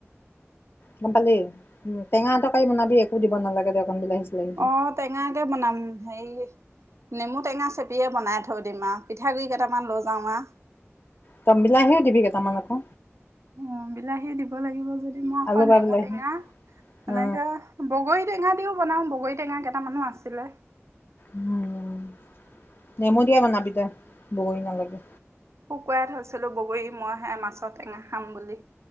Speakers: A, on the left; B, on the right.
A: গম পালি টেঙা তৰকাৰী বনাবি একো দিব নালাগে দে অকণ বিলাহী চিলাহী দি
B: অ টেঙা কে বনাম হে নেমু টেঙা চেপিয়ে বনাই থৈ দিম আৰু পিঠাগুডৰি কেইটামান লৈ যাওঁ আ
A: তম বিলাহেও দিবি কেইটামান আকৌ
B: অ বিলাহী দিব লাগিব যদি মই আকৌ
A: আলু বা
B: নেমু
A: বিলাহী
B: টেঙা এনেকে
A: অ
B: বগৰী টেঙা দিও বনাও বগৰী। টেঙা কেইটা মান আছিলে
A: উম নেমু দিয়া বনাবি তা বগৰী নালাগে
B: শুকুৱাই থৈছিলো বগৰী মইহে মাছৰ টেঙা খাম বুলি।